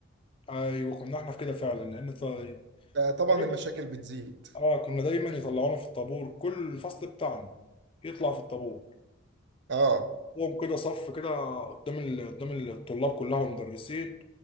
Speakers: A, on the left; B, on the right.
A: ايوه كنا احنا في كده فعلا لان طيب
B: آه، طبعا
A: دايما
B: المشاكل بتزيد
A: اه كنا دايما يطلعونا في الطابور كل الفصل بتاعنا يطلع في الطابور
B: اه
A: قوم كده صف كده قدام ال... قدام الطلاب كلها والمدرسين